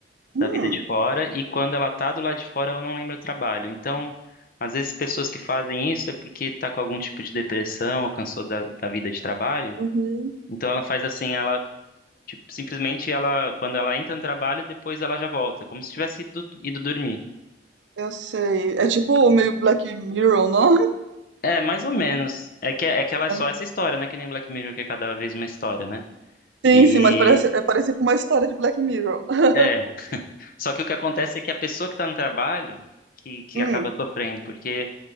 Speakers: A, on the right; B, on the left.
A: Hum.
B: da vida de fora e quando ela tá do lado de fora, ela não lembra do trabalho. Então, às vezes pessoas que fazem isso é porque tá com algum tipo de depressão ou cansou da, da vida de trabalho.
A: Uhum.
B: Então ela faz assim, ela tipo, simplesmente ela quando ela entra no trabalho, depois ela já volta, como se tivesse ido, ido dormir.
A: Eu sei. É tipo meio Black Mirror, não?
B: É, mais ou menos. É que, é que ela é
A: <laughs>
B: só essa história, né? Que nem Black Mirror, que é cada vez uma história, né?
A: Sim,
B: E
A: sim, mas parece, é parecido com uma história de Black Mirror. <laughs>
B: é. Só que o que acontece é que a pessoa que tá no trabalho que, que
A: Hum.
B: acaba sofrendo, porque